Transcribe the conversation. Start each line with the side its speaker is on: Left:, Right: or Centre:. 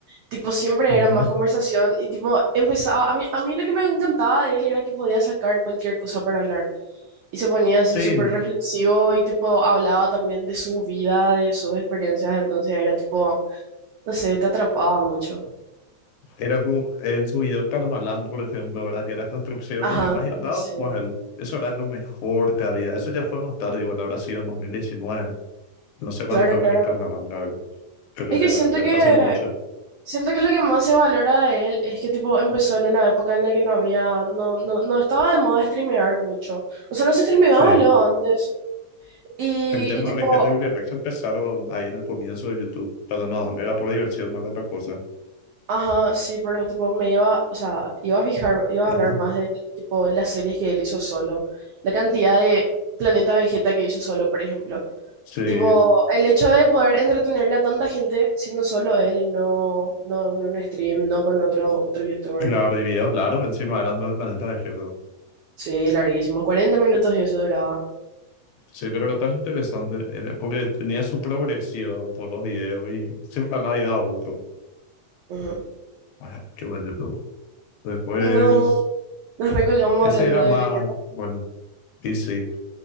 Right: tipo siempre
Left: <laughs> Ujú.
Right: era más conversación y tipo empezaba, a mí, a mí lo que me encantaba de él era que podía sacar cualquier cosa para hablar. Y se ponía así
Left: Sí,
Right: súper reflexivo y tipo hablaba también de su vida, de sus experiencias, entonces era tipo, no sé, te atrapaba mucho.
Left: Era como en su video Carmalán, por ejemplo, ¿verdad? Que era construcciones
Right: Ajá,
Left: y demás, y hablaba
Right: sí,
Left: con él. Eso era lo mejor que había. Eso ya fue más tarde, igual habrá sido en dos mil diecinueve No sé cuándo
Right: claro,
Left: fue el
Right: claro.
Left: primer Carmalán, la verdad. Pero
Right: Es
Left: ya,
Right: que siento
Left: ya
Right: que
Left: fue hace mucho.
Right: siento que lo que más se valora de él es que tipo empezó en una época en la que no había, no, no, no estaba de moda streamear mucho. O sea, no se streameaba
Left: Sí.
Right: luego antes. Y,
Left: El tema
Right: y tipo,
Left: de GTA y Rex empezaron ahí en el comienzo de YouTube. Pero no, era por diversión más que otra cosa.
Right: ajá, sí, pero tipo me iba, o sea, iba a fijar, iba
Left: Ajá.
Right: a hablar más de tipo las series que él hizo solo. La cantidad de Planeta Vegeta que hizo solo, por ejemplo.
Left: Sí,
Right: Tipo, el hecho de poder entretenerle a tanta gente siendo solo él y no, no en un stream, no con otro, otro youtuber.
Left: claro, y videos largos encima eran del planeta de GTA.
Right: Sí, larguísimo. cuarenta minutos y eso duraban.
Left: Sí, pero lo tan interesante era porque tenía su progresión todos los videos y siempre a nadie daba gusto.
Right: Ujú.
Left: Ah, qué bueno tú. Después,
Right: No, nos recolgamos
Left: ese
Right: hablando
Left: era
Right: de
Left: más,
Right: Vegeta.
Left: bueno, y sí,